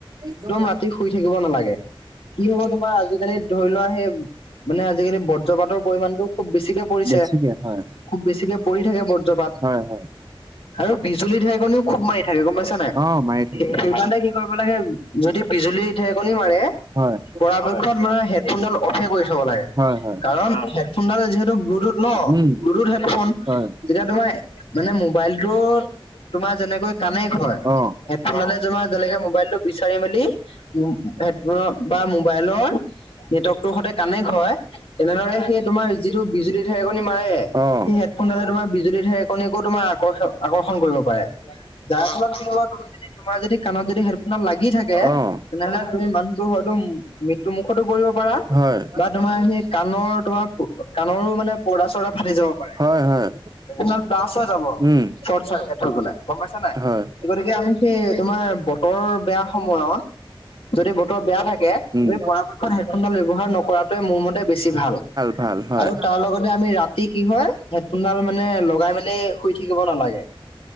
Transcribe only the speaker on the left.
ৰাতি শুই থাকিব নালাগে কি হ'ব তোমাৰ আজিকালি ধৰি লোৱা সে মানে আজিকালি বজ্ৰপাতৰ পৰিমাণটো খুব বেছিকে পৰিছে।
খুব বেছিকে পৰি থাকে বজ্ৰপাত।
আৰু বিজুলী ঢেৰেকণিও খুব মাৰি থাকে গম পাইছা নাই
সে সেইকাৰণে কি কৰিব লাগে। যদি বিজুলী ধে ঢেৰেকনি মাৰে
পৰাপক্ষত মানে হেডফোনডাল অফে কৰি থ'ব লাগে
কাৰণ হেডফোনডালে যিহেতু ব্লুটুড ন
ব্লুটুড হেডফোন
তেতিয়া তোমাৰ মানে মোবাইলটোত তোমাৰ যেনেকৈ কানেক্ট হয়
হেডফোনতে তোমাৰ যেনেকে মোবাইলটো বিচাৰি মেলি। হেডফোনত বা মোবাইলৰ। নেটৱৰ্কটো সৈতে কানেক্ট হয় তেনেদৰে সেই তোমাৰ যিটো বিজুলী। ঢেৰেকনি মাৰে
সেই হেডফোনডালে তোমাৰ বিজুলী ঢেৰেকনিকো তোমাৰ আ আকৰ্ষণ কৰিব পাৰে। যাৰ ফলত কিহব তুমি যদি তোমাৰ যদি কাণত যদি হেডফোন ডাল লাগি থাকে।
তেনেহলে তুমি মানুহটো হয়তো মৃত্যু মুখতো পৰিব পাৰা।
তোমাৰ সেই কাণৰ তোমাৰ কাণৰো মানে। পৰ্দা চৰ্দা ফাটি যাব পাৰে
তাৰ ব্লাচ হৈ যাব
শৰ্ট চাৰ্কিট হ'লে। গম পাইছা নাই
গতিকে আমি সেই তোমাৰ বতৰৰ বেয়া সময়ত। যদি বতৰ বেয়া থাকে
আমি পৰাপক্ষত হেডফোনডাল ব্যৱহাৰ নকৰাটোৱে মোৰ মতে বেছি ভাল।
আৰু তাৰ লগতে আমি ৰাতি কি হয় হেডফোনডাল মানে লগাই মেলি শুই থাকিব নালাগে।